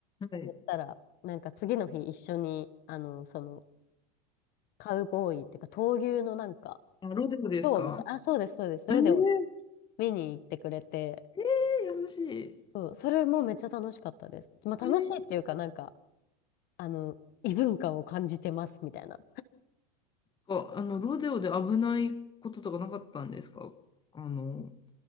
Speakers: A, on the left; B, on the left.
A: はい。
B: 言ったら、なんか次の日一緒に、あの、その、カウボーイっていうか、闘牛のなんか、
A: あ、ロデオですか
B: 今日みたいな。あ、そうです、そうです。それでも
A: ええ
B: 見に行ってくれて、
A: ええ優しい。
B: そう、それもめっちゃ楽しかったです。まあ、楽しいっていうか、
A: ええ
B: なんか、あの、異文化を感じてますみたいな。
A: か、あの、ロデオで危ないこととかなかったんですかあの、